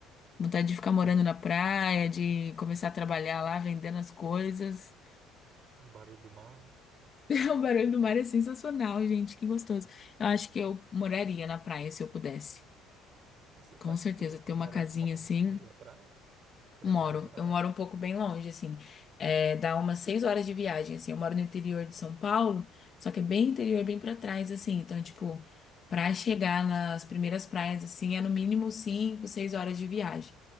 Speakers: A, on the left; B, on the right.
A: Vontade de ficar morando
B: É.
A: na praia, de começar a trabalhar lá, vendendo as coisas.
B: Um barulho do mar.
A: <laughs> O barulho do mar é sensacional, gente, que gostoso. Eu acho que eu moraria na praia se eu pudesse.
B: Assim,
A: Com
B: Mas
A: certeza,
B: tu,
A: ter
B: tu
A: uma
B: mora,
A: casinha
B: mora
A: assim.
B: muito longe da praia para
A: Moro,
B: viajar?
A: eu moro um pouco bem longe, assim, é, dá umas seis horas de viagem, assim, eu moro no interior de São Paulo, só que é bem interior, bem pra trás, assim, então, tipo, pra chegar nas primeiras praias, assim, é no mínimo cinco, seis horas de viagem.